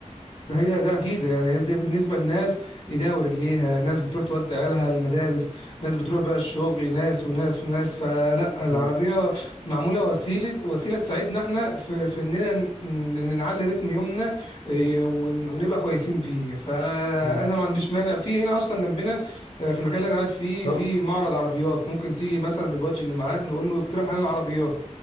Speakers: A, on the left (about 60°); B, on the left (about 75°).
A: هي ده اكيد يعني هي ده بالنسبه لناس ايديها ورجليها ناس بتروح تودي عيالها المدارس ناس بتروح بقى الشغل ناس وناس وناس فلا العربيه
B: مم.
A: معموله وسيله وسيله تساعدنا احنا في, في اننا ن- ن- نعلي رتم يومنا إيه، ون- ونبقى كويسين فيه فانا
B: مم.
A: ما عنديش مانع في هنا اصلا جنبنا آه، في المكان اللي انا قاعد فيه
B: تو-
A: في معرض عربيات ممكن تيجي مثلا بالبادج اللي معاك نقول له يقترح علينا عربيات